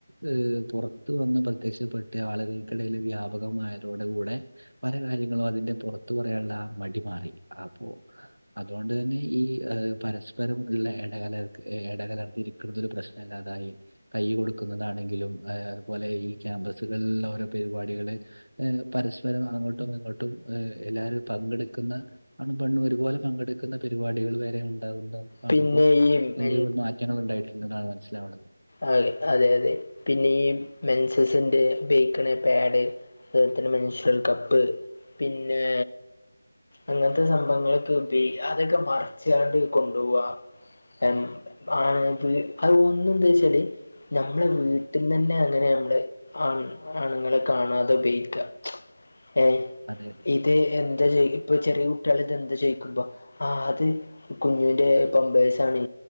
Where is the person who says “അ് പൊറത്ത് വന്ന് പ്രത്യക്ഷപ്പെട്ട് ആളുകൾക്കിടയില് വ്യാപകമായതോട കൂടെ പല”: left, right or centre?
Right